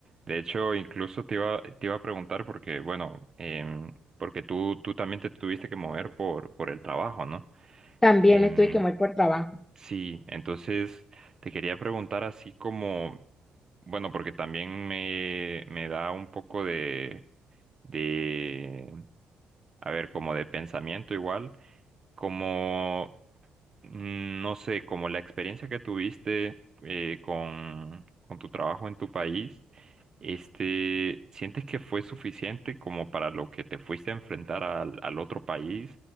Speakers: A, on the right; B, on the left.
A: De hecho, incluso te iba, te iba a preguntar porque, bueno, em, porque tú, tú también te tuviste que mover por, por el trabajo, ¿no?
B: También
A: Em,
B: me tuve que mover por trabajo.
A: sí, entonces te quería preguntar así como, bueno, porque también me, me da un poco de, de a ver, como de pensamiento igual, como, mm, no sé, como la experiencia que tuviste eh, con, con tu trabajo en tu país, este, ¿sientes que fue suficiente como para lo que te fuiste a enfrentar al, al otro país?